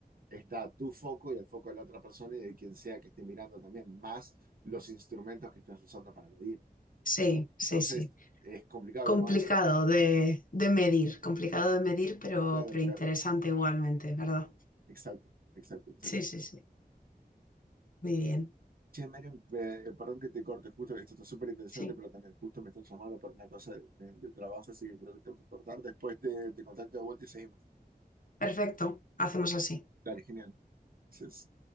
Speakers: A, on the right; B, on the left.
A: está tu foco y el foco de la otra persona y de quien sea que esté mirando también, más los instrumentos que estás usando para medir.
B: Sí, sí,
A: Entonces,
B: sí.
A: es complicado,
B: Complicado
A: uno va a decir,
B: de, de medir, complicado de medir, pero,
A: claro,
B: pero
A: claro,
B: interesante igualmente, ¿verdad?
A: exacto, exacto, exacto,
B: Sí, sí,
A: exacto.
B: sí. Muy bien.
A: Che, Menem, eh, perdón que te corte, justo, esto está súper interesante,
B: Sí.
A: pero también justo me están llamando para una cosa de- de- del trabajo, así que creo que tengo que cortar. Después te, te contacto de vuelta y seguimos.
B: Perfecto. Hacemos así.
A: Dale, genial. Gracias.